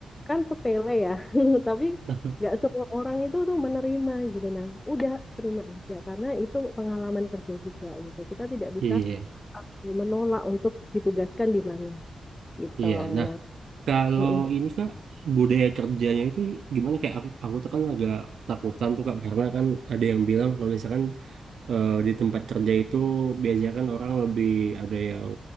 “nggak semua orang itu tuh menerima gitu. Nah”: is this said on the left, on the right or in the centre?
Left